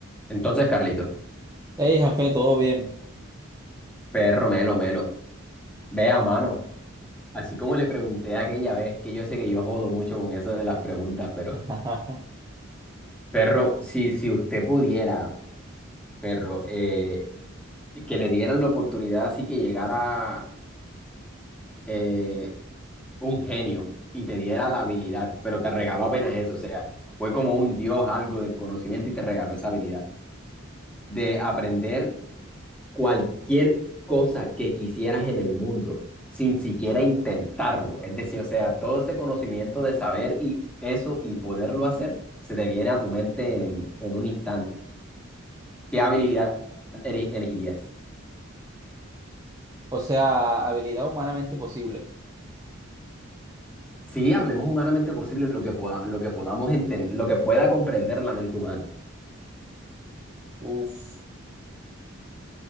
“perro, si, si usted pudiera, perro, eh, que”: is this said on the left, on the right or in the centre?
Centre